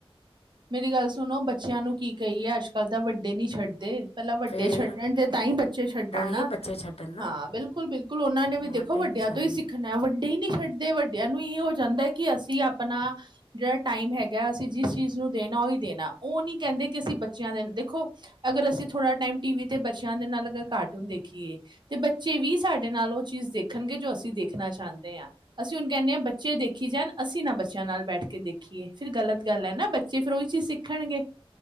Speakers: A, on the right (about 50°); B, on the left (about 85°).
A: ਮੇਰੀ ਗੱਲ ਸੁਣੋ ਬੱਚਿਆਂ ਨੂੰ ਕੀ ਕਹੀਏ ਅੱਜ ਕੱਲ੍ਹ ਤਾਂ ਵੱਡੇ ਨਹੀਂ ਛੱਡਦੇ। ਪਹਿਲਾਂ ਵੱਡੇ
B: ਫਿਰ
A: ਛੱਡਣ ਤੇ ਤਾਂ ਹੀ ਬੱਚੇ ਛੱਡਣ
B: ਤਾਂ ਹੀ
A: ਨਾ।
B: ਬੱਚੇ ਛੱਡਣ ਨਾ
A: ਹਾਂ ਬਿਲਕੁਲ ਬਿਲਕੁਲ ਉਹਨਾਂ ਨੇ
B: ਵੱਡੇ
A: ਵੀ ਦੇਖੋ ਵੱਡਿਆਂ
B: ਨਹੀਂ ਛੱਡਦੇ।
A: ਤੋਂ ਹੀ ਸਿੱਖਣਾ ਵੱਡੇ ਹੀ ਨਹੀਂ ਛੱਡਦੇ। ਤੇ ਵੱਡਿਆਂ ਨੂੰ ਇਹ ਹੋ ਜਾਂਦਾ ਹੈ ਕਿ ਅਸੀਂ ਆਪਣਾ ਜਿਹੜਾ ਟਾਈਮ ਹੈਗਾ ਅਸੀਂ ਜਿਸ ਚੀਜ਼। ਚੀਜ਼ ਨੂੰ ਦੇਣਾ ਉਹ ਨਹੀਂ ਦੇਣਾ ਉਹ ਨਹੀਂ ਕਹਿੰਦੇ ਕਿ ਅਸੀਂ ਬੱਚਿਆਂ ਦੇ ਦੇਖੋ ਅਗਰ ਅਸੀਂ ਥੋੜਾ ਟਾਈਮ ਟੀ ਵੀ ਤੇ ਬੱਚਿਆਂ। ਦੇ ਨਾਲ ਅਗਰ ਕਾਰਟੂਨ ਦੇਖੀਏ ਤੇ ਬੱਚੇ ਵੀ ਸਾਡੇ ਨਾਲ ਉਹ ਚੀਜ਼ ਦੇਖਣਗੇ ਜੋ ਅਸੀਂ ਦੇਖਣਾ ਚਾਹੁੰਦੇ ਹਾਂ? ਆ ਅਸੀਂ ਹੁਣ ਕਹਿੰਦੇ ਹਾਂ ਬੱਚੇ ਦੇਖੀ ਜਾਣ ਅਸੀਂ ਨਾ ਬੱਚਿਆਂ ਨਾਲ ਬੈਠ ਕੇ ਦੇਖੀਏ ਫ਼ਿਰ ਗਲਤ ਗੱਲ ਹੈ ਨਾ ਬੱਚੇ। ਬੱਚੇ ਫਿਰ ਉਹੀ ਚੀਜ਼ ਸਿੱਖਣਗੇ।